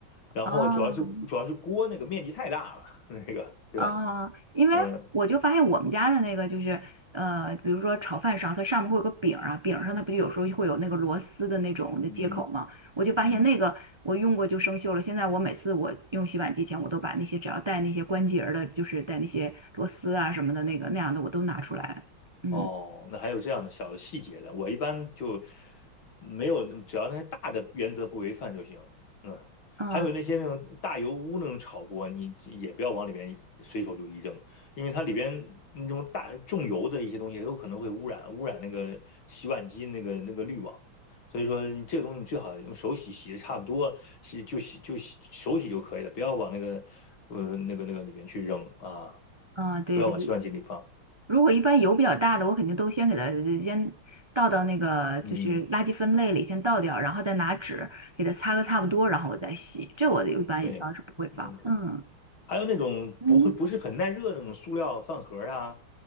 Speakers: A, on the left (about 70°); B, on the right (about 25°).
A: 然后主要是主要是锅那个面积太大了，
B: 哦，
A: <laughs> 那个对吧？
B: 哦，因为我就发现我们家的那个就是，
A: 嗯
B: 呃，比如说炒饭勺，它上面会有个柄儿啊，柄儿上它不就有时候会有那个螺丝的那种的接口吗？
A: 嗯
B: 我就发现那个我用过就生锈了。
A: 嗯。
B: 现在我每次我用洗碗机前，我都把那些只要带那些关节儿的，就是带那些螺丝啊什么的那个那样的，我都拿出来。嗯。
A: 哦，那还有这样的小的细节的，我一般就没有，只要那些大的原则不违反就行。嗯，
B: 嗯
A: 还有那些那种大油污那种炒锅，你也不要往里边随手就一扔，因为它里边那种大重油的一些东西，有可能会污染污染那个洗碗机那个那个滤网。所以说，你这个东西你最好用手洗，洗的差不多，洗就洗就洗手洗就可以了，不要往那个呃那个那个里面去扔啊，
B: 嗯，对对，
A: 不要往洗碗机里放。
B: 如果一般油比较大的，我肯定都先给它先倒到那个就是垃圾分类里先倒掉，
A: 嗯。
B: 然后再拿纸给它擦个差不多，然后我再洗。这我一般也当是不会放。
A: 对，嗯，
B: 嗯
A: 还有那种不会不是很耐热的那种塑料饭盒儿啊，
B: 嗯。